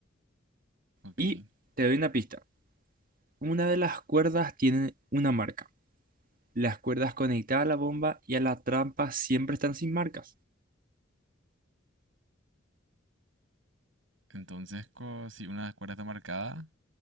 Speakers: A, on the right; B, on the right.
A: Ok.
B: Y te doy una pista. Una de las cuerdas tiene una marca. Las cuerdas conectadas a la bomba y a la trampa siempre están sin marcas.
A: Entonces, co- si una cuerda está marcada,